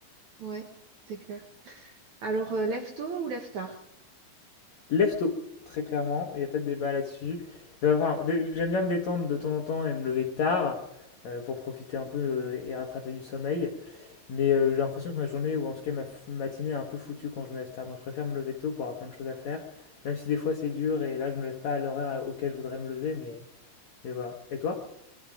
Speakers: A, on the right; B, on the left.
A: Ouais, c'est clair. Alors, euh, lève tôt ou lève tard?
B: Lève tôt, très clairement, il n'y a pas de débat là-dessus. enfin, j'aime bien me détendre de temps en temps et me lever tard, heu, pour profiter un peu, heu et rattraper du sommeil. Mais euh, j'ai l'impression que ma journée, ou en tout cas ma f- matinée, est un peu foutue quand je me lève tard. Donc je préfère me lever tôt pour avoir plein de choses à faire. Même si des fois c'est dur et là je me lève pas à l'horaire auquel je voudrais me lever, mais, mais voilà. Et toi?